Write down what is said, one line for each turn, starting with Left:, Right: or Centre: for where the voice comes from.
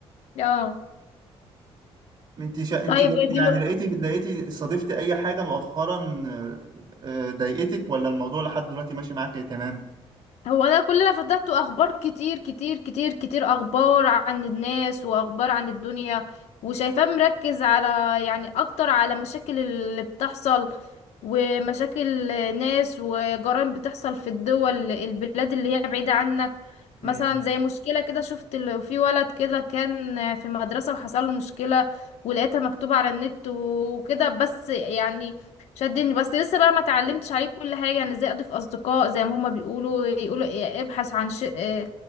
Left: اه
Right: انت شا... انت
Left: طيب
Right: جا- يعني
Left: دلو...
Right: لقيتي لقيتي صادفتي اي حاجه مؤخرا آه، آه، ضايقتك ولا الموضوع لحد دلوقتي ماشي معاك تمام
Left: هو انا كل اللي فتحته اخبار كتير كتير كتير كتير اخبار عن الناس واخبار عن الدنيا وشايفاه مركز على يعني اكتر على مشاكل اللي بتحصل ومشاكل ناس وجرائم بتحصل في الدول البلاد اللي هي بعيدة عنك مثلا
Right: امم
Left: زي مشكلة كده شفت ال- في ولد كده كان في مدرسة وحصل له مشكلة ولقيتها مكتوبة على النت وكده بس يعني شدني بس لسه بقى ما اتعلمتش عليه كل حاجة يعني ازاي اضيف اصدقاء زي ما هما بيقولوا يقولوا إيه، ابحث عن ش... إيه،